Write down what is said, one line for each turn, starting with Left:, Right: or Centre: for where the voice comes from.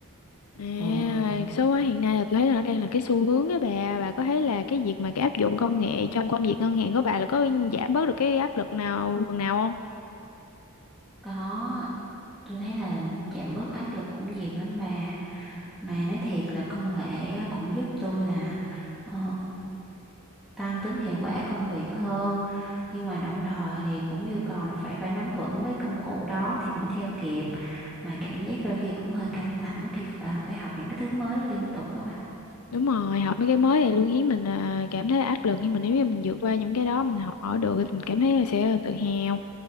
Left: À,
Centre: ừ
Left: số hóa hiện nay là tôi thấy là nó đang là cái xu hướng á bà. Bà có thấy là cái việc mà cái áp dụng công nghệ trong công việc ngân hàng của bà là có giảm bớt được cái áp lực nào phần nào không?
Centre: Có, tôi thấy là giảm bớt áp lực cũng nhiều lắm bà. Mà nói thiệt là công nghệ á, cũng giúp tôi là ờ, tăng tính hiệu quả công việc hơn. Nhưng mà đồng thời thì cũng yêu cầu là phải phải nắm vững cái công cụ đó thì mới theo kịp. Mà cảm giác đôi khi cũng hơi căng thẳng khi phải, phải học những cái thứ mới đó liên tục đó bà.
Left: Đúng rồi, học mấy cái mới thì luôn khiến mình à, cảm thấy áp lực nhưng mà nếu như mình vượt qua những cái đó mình học hỏi được thì mình cảm thấy là sẽ tự hào.